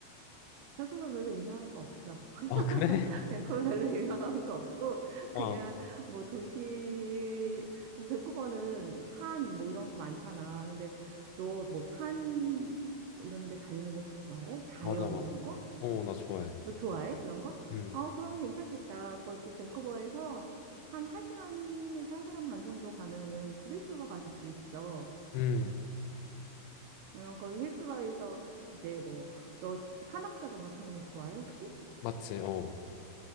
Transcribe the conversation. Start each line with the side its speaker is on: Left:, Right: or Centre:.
Right: 밴쿠버 별로 유명한 거 없어. <laughs>
Left: 아 그래? <laughs>
Right: 밴쿠버 별로 유명한 거 없고, 그냥
Left: 어.
Right: 뭐 도시, 밴쿠버는 산 뭐 이런 거 많잖아. 근데 너 뭐산 뭐 이런 데 다니는 거 좋아해? 자연
Left: 맞아 맞아.
Right: 이런 거?
Left: 어 나 좋아해.
Right: 너 좋아해? 그런 거?
Left: 음.
Right: 어, 그럼 괜찮겠다. 거기 밴쿠버에서 한 1시간에서 1시간 반 정도 가면은 그 휘슬러 갈 수 있어.
Left: 음.
Right: 어, 거기 휘슬러에서 이제 뭐, 너 산악자전거 타는 거 좋아해, 혹시?
Left: 맞지. 어.